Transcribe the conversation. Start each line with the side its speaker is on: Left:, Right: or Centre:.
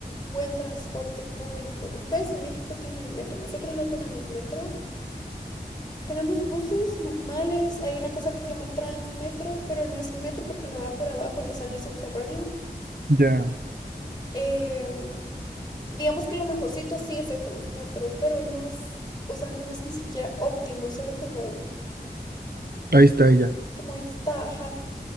Left: buen transporte público. Ustedes en México tienen metro, nosotros no tenemos metro. Tenemos buses normales, hay una cosa que se llama Transmetro, pero no es metro porque no va por abajo, no, o sea, no es subterráneo.
Right: Ya,
Left: Em, Digamos que lo mejorcito sí es el Transmetro, pero no es, o sea, no es ni siquiera óptimo, es solo como,
Right: ahí está ella.
Left: como ahí está, ajá.